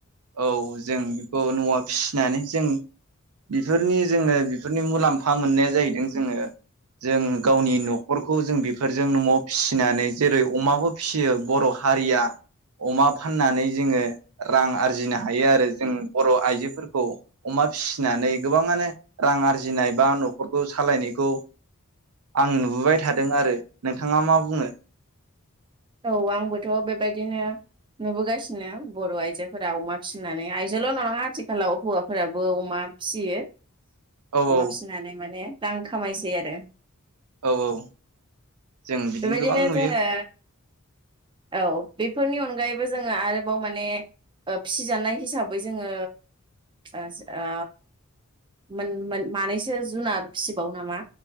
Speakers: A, on the right; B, on the right.
A: औ जों बेखौ नआव फिसिनानै जों बिफोरनि जोङो बिफोरनि मुलाम्फा मोननाया जाहैदों जोङो जों गावनि न'खरखौ जों बिफोरजों नआव फिसिनानै जेरै अमाखौ फिसियो बर हारिया अमा फाननानै जोङो रां आरजि जिनो हायो आरो जों बर' आइजोफोरखौ अमा फिसिनानै गोबाङानो रां आरजिनाय बा नखरखौ सालायनायखौ आं नुबोबाय थादों आरो नोंथाङा मा बुङो?
B: औ आंबोथ बेबायदिनो नुबोगासिनो बर आइजोफोरा अमा फिसिनानै आयजोल' नङा आथिखालाव हौवाफोराबो अमा फियो
A: औ
B: अमा
A: औ
B: फिसिनानै माने रां खामायसै आरो
A: औ औ जों बिदिनो
B: बेबायदिनो
A: गोबां नुयो
B: जोङो औ बेफोरनि अनगायैबो जोङो आरोबाव माने ओ फिसिजानाय हिसाबै जोङो ओ ओ मोन मानैसो जुनार फिसिबावो नामा